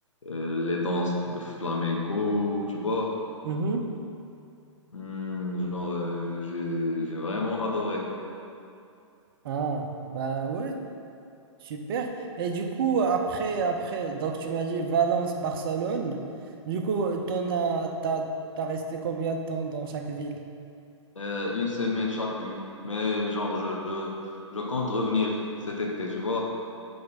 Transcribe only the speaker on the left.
euh, les danses de flamenco, tu vois.
Hmm, genre, euh, j'ai, j'ai vraiment adoré.
Euh, une semaine chacune, mais genre, je, je compte revenir cet été, tu vois.